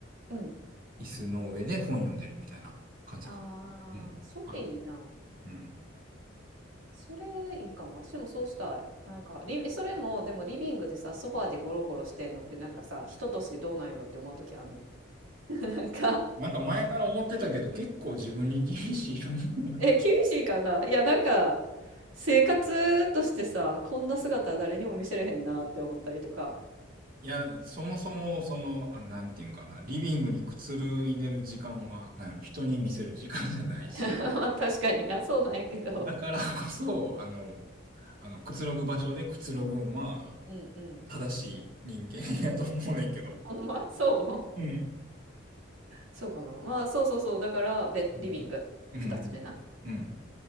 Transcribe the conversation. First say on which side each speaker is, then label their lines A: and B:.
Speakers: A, on the right; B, on the right.
A: うん。
B: 椅子の上で本読んでるみたいな感じか。
A: ああ、
B: うん。
A: それいいな。
B: あ、うん。
A: それいいかも。私もそうしたい。なんかリビ、それも、でもリビングでさ、ソファーでゴロゴロしてんのって、なんかさ、人としてどうなんやろって思う時あんねん。<laughs> なんか、
B: なんか前から思ってたけど、結構自分に厳しいよね。
A: え、
B: <laughs>
A: 厳しいかないや、なんか、生活としてさ、こんな姿は誰にも見せれへんなって思ったりとか。
B: いや、そもそも、その、あ、なんていうんかな、リビングにくつろいでる時間は、なんやろ、人に見せる時間じゃないし、
A: <laughs> まあ確かにな、そうなんやけど。
B: だからこそ、あの、あの、くつろぐ場所でくつろぐんは、
A: うんうん。
B: 正しい人間やと思うねんけど。
A: <laughs> ほんまそう
B: うん。
A: そうかな。まあ、そうそうそう。だから、ベリビング。
B: うん。うん。
A: 二つ目な。
B: うん。